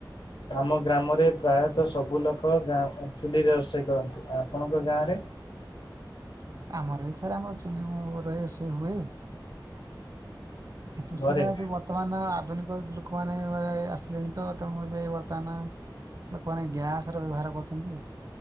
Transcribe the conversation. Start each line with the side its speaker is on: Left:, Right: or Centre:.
Left: ଆମ ଗ୍ରାମରେ ପ୍ରାୟତଃ ସବୁ ଲୋକ ଗାଁ ଚୁଲିରେ ରୋଷେଇ କରନ୍ତି ଆପଣଙ୍କ ଗାଁ ରେ
Right: ଆମର ଏ ସରେ ଆମର ଚୁଲି <unintelligible> ରହ ସେ ହୁଏ। ଏତ
Left: ଘରେ
Right: ସାରା ଏବେ ବତ୍ ବର୍ତ୍ତମାନ ଆଧୁନିକ ଲୋକମାନୋନ ଆସିଲେଣି ତ ତେଣୁ ଏବେ ବର୍ତ୍ତମାନ ଲୋକମାନେ ଗ୍ୟାସ ର ବ୍ୟବହାର କରୁଛନ୍ତି।